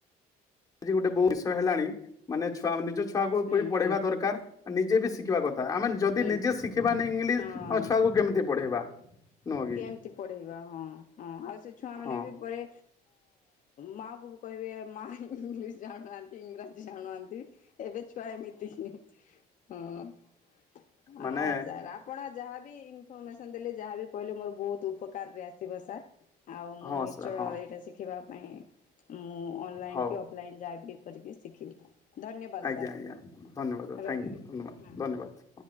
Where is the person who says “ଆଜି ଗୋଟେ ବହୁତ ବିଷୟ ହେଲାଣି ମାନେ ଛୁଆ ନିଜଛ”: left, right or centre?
Left